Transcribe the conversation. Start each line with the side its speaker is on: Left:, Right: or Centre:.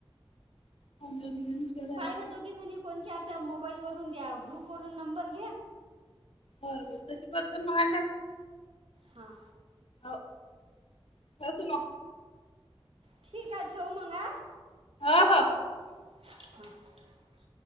Left: <unintelligible>
Right: पाय
Left: लागतात.
Right: ना दोघी जणी. कोणच्या आता मोबाईल वरून द्या ग्रुप वरून नंबर घे.
Left: बरोबर तशी करतो मग
Right: हां
Left: हो ठेव तुला
Right: ठीक आहे ठेव मग. अ
Left: अ ह
Right: हा